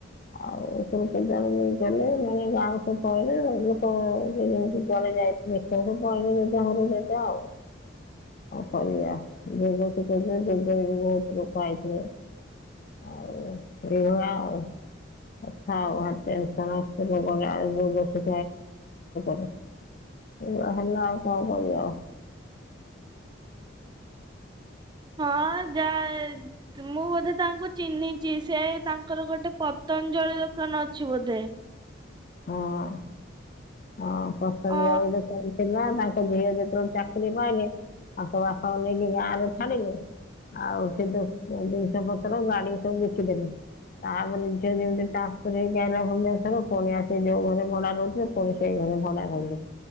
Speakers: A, on the left; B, on the right.
A: ଆଉ ସ ପୂଜାରେ ନେଇଲେ ମାନେ ଗାଁ ସ ପହିଲେ ଲୋକ ଯେ ଯେମିତି ଜଳେ ଯାଇଥିଲେ ପହିଲ ଯେଟ ହରୁଟ ଆଉ କରିବା ଯୋଗ ଶିଖେଇଥିଲେ ଯୋଗରେ ବି ବହୁତ ଲୋକ ଆଇଥିଲେ ଆଉ ଏଇଭଳିଆ ଆଉ ଅଛା ଭାରି ଟେନସନ୍ ରୋଗ ଟା ଯାୟ ଭଲସ ତ ତର ଏଇଆ ହେଲା ଆଉ କଣ କରିବ ଆଉ
B: ହଁ ଯା ମୁଁ ବୋଧେ ତାଙ୍କୁ ଚିହ୍ନିଛି ସେ ତାଙ୍କର ଗୋଟେ ପତଞ୍ଜଳି ଦୋକାନ ଅଛି ବୋଧେ
A: ହଁ। ହଁ ପତାଞ୍ଜଳି
B: ଅ
A: ଦୋକାନ ଥିଲା ତାଙ୍କ ଝିଅ ଯେତେବେଳେ ଚାକିରି ପାଇଲେ ତାଙ୍କ ବାପାଙ୍କୁ ନେଇକି ଗାଁ ରେ ଛାଡିଲେ ଆଉ ସେ ଜିନିଷ ପତ୍ର ଗାଡି ସବୁ ବିକିଦେଲେ ତାପରେ ଝିଅ ଯେମତି ଟ୍ରାନ୍ସଫ ହେଇକିଲା ଭୁବନେଶ୍ର ପ ସେ ଯୋଉ ଘରେ ଭଡା ରହୁଥିଲେ ପୁଣି ସେଇ ଘରେ ଭଡା ରହିଲେ